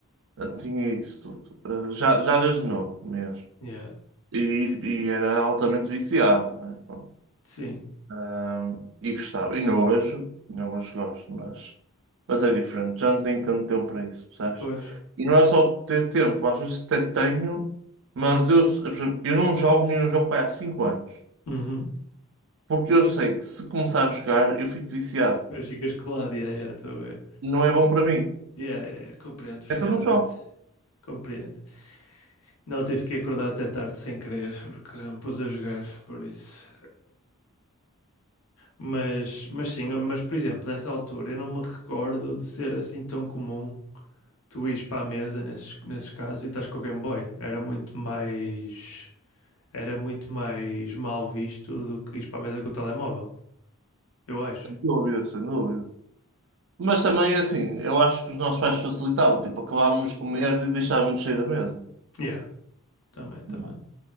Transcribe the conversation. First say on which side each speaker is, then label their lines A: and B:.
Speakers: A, on the right; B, on the left.
A: Ah, Tinha isso tudo. Ah, já, Jagas de novo mesmo.
B: yeah.
A: E, e era altamente viciado. né? Bom,
B: Sim,
A: ah, e gostava. E não hoje, não hoje gosto, mas, mas é diferente. Já não tenho tanto tempo para isso, percebes?
B: pois.
A: E não é só ter tempo, às vezes até tenho, mas eu, por exemplo, eu não jogo nenhum jogo para aí há 5 anos.
B: Uhum.
A: Porque eu sei que se começar a jogar eu fico viciado.
B: Pois ficas colado, yeah, yeah, estou a ver.
A: E não é bom para mim.
B: Yeah, yeah, yeah, compreendo perfeitamente.
A: É que eu Yeah. não jogo.
B: Compreendo. Não, tive que acordar até tarde sem querer, porque me pus a jogar, por isso. Mas, mas sim, mas por exemplo, nessa altura eu não me recordo de ser assim tão comum tu ires para a mesa nesses, nesses casos e estás com o Game Boy. Era muito mais, era muito mais mal visto do que ires para a mesa com o telemóvel, eu acho.
A: Sem dúvida, sem dúvida. Mas também é assim, eu acho que os nossos pais facilitavam, tipo, acabávamos de comer e deixávamos sair da mesa.
B: Yeah, também, também.
A: Uhum.